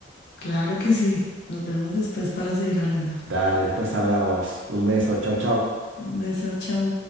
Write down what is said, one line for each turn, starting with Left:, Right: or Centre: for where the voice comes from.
Left: claro que sí. Nos vemos después para seguir hablando.
Right: Dale, después hablamos. Un beso, chau, chau.
Left: Un beso, chao.